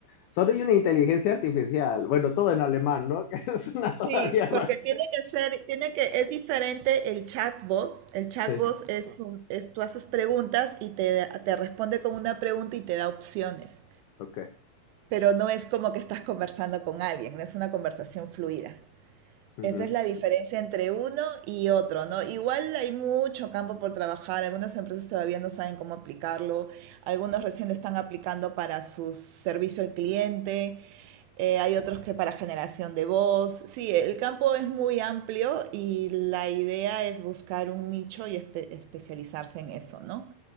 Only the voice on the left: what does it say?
soy una inteligencia artificial. Bueno, todo en alemán, ¿no? <laughs> Que es una todavía
más.
Sí,
ok.
Ujú,